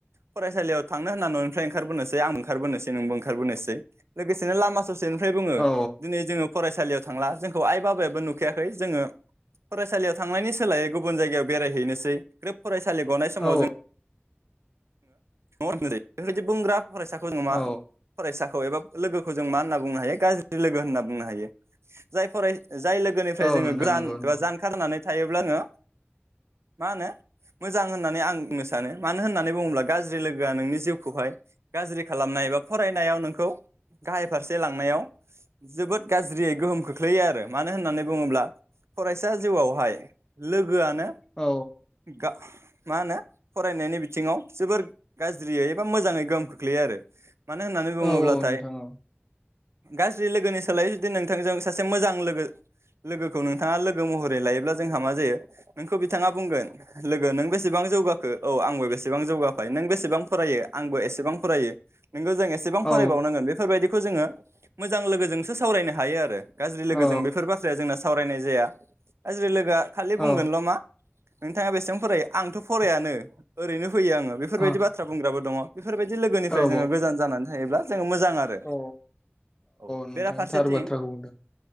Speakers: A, on the right; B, on the left.
A: फरायसालियाव थांनो होनना न'निफ्राय ओंखारबोनोसै आंबो ओंखारबोनोसै नोंबो ओंखारबोनोसै लोगोसेनो लामा ससेनिफ्राय बुङो
B: औ
A: दिनै जोङो फरायसालियाव थांला जोंखौ आइ बाबायाबो नुखाखै जोङो फरायसालियाव थांनायनि सोलायै गुबुन जायगायाव बेरायहैनोसै ग्रोब फरायसालि गनाय समाव
B: औ
A: जों <unintelligible> बुंग्रा फरायसाखौ जोङो मा
B: औ
A: फरायसा एबा लोगोखौ जों मा होनना बुंनो हायो गाज्रि लोगो होनना बुंनो हायो जाय फराय जाय लोगोनिफ्राय
B: औ
A: जोङो
B: नोंथां
A: गोजान
B: नंगौ नंगौ
A: बा जानखार होनानै थायोब्ला ओङो मा होनो मोजां होननानै आं बुंनो सानो मानो होननानै बुङोब्ला गाज्रि लोगोआ नोंनि जिउखौहाय गाज्रि खालामनाय बा फरायनायाव नोंखौ गाहाय फारसे लांनायाव जोबोद गाज्रियै गोहोम खोख्लैयो आरो मानो होननानै बुङोब्ला फरायसा जिउआवहाय गोआनो
B: औ
A: गा मा होनो फरायनायनि बिथिङाव जोबोर गाज्रियै एबा मोजाङै गोहोम खोख्लैयो आरो। मानो होननानै बुङोब्लाथाय
B: औ औ नोंथां औ।
A: गाज्रि लोगोनि सोलायै जुदि नोंथांजों सासे मोजां लोगो लोगोखौ नोंथाङा लोगो महरै लायोब्ला जोंहा मा जायो नोंखौ बिथाङा बुंगोन लोगो नों बेसेबां जौगाखो औ आंबो बेसेबां जौगाफाय नों बेसेबां फरायो आंबो एसेबां फरायो। नोंगौ जों एसेबां
B: औ
A: फरायबावनांगोन बेफोरबायदि खौ जोङो मोजां लोगोजोंसो सावरायनो हायो आरो। गाज्रि लोगोजों
B: औ
A: बेफोर बाथ्राया जोंना सावरायनाय जाया हाज्रि लोगोआ खालि
B: औ
A: बुंगोनल' मा नोंथाङा बेसेबां फरायो आंथ' फरायानो ओरैनो फैयो आङो बेफोरबायदि
B: ओ औ
A: बाथ्रा बुंग्राबो दङ। बेफोरबायदि लोगोनिफ्राय
B: औ
A: जोङो गोजान जानानै थायोब्ला जों मोजां आरो
B: औ
A: औ
B: नोंथां
A: बेराफारसेथिं
B: थार बाथ्राखौ बुंदों